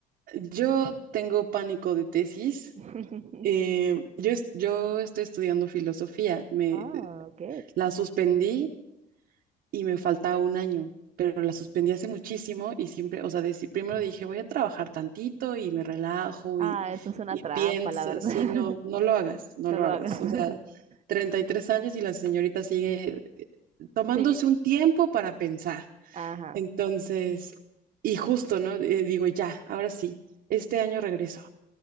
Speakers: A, on the right; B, on the right.
A: Yo tengo pánico de tesis.
B: <laughs>
A: Eh, yo, es- yo estoy estudiando filosofía. Me
B: Ah, ok.
A: la suspendí y me falta un año, pero la suspendí hace muchísimo y siempre, o sea, deci- primero dije, voy a trabajar tantito y me relajo
B: Ah,
A: y,
B: eso es una
A: y
B: trampa,
A: pienso,
B: la verdad.
A: sí,
B: <laughs>
A: no, no lo hagas, no
B: No
A: lo
B: lo
A: hagas.
B: hagas.
A: O sea,
B: <laughs>
A: 33 años y la señorita sigue eh, tomándose
B: Sí.
A: un tiempo para pensar.
B: Ajá.
A: Entonces, y justo, ¿no? Eh, digo, ya, ahora sí, este año regreso.